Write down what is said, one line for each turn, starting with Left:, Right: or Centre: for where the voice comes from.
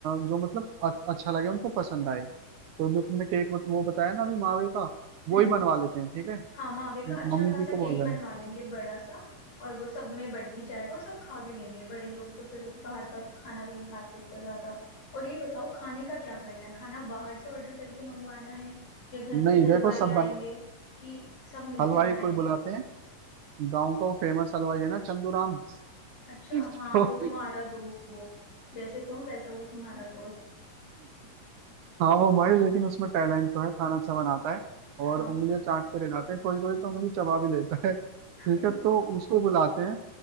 Right: जो मतलब अच- अच्छा लगे उनको पसंद आए तो जो तुमने केक वो बताया ना अभी मावे का वो
Left: हम्म
Right: ही बनवा लेते हैं ठीक है
Left: हाँ मावे का अच्छा
Right: मम्मी
Left: खासा
Right: जी को
Left: केक
Right: बोल देना
Left: बनवा लेंगे बड़ा सा और वो सब में बट भी जाएगा और सब खा भी लेंगे बड़े लोग तो फिर बाहर का खाना भी नहीं खाते इतना ज्यादा और ये बताओ खाने का क्या करना है खाना बाहर से ऑर्डर करके मंगवाना है या घर
Right: नहीं
Left: पे हलवाई
Right: देखो सब बन
Left: आएंगे कि सब मिलके
Right: हलवाई
Left: बनाएंगे
Right: कोई बुलाते हैं गाँव का वो फेमस हलवाई है ना चंदू राम
Left: अच्छा
Right: <laughs> तो
Left: हाँ वो तुम्हारा दोस्त वो जैसे तुम वैसा वो तुम्हारा दोस्त
Right: हाँ वो भाई लेकिन उसमें टैलेंट तो है खाना अच्छा बनाता है और
Left: हाँ
Right: उंगलियां चाटते रह जाते हैं कोई कोई तो उंगली चबा भी लेता है ठीक
Left: <laughs>
Right: है तो उसको बुलाते हैं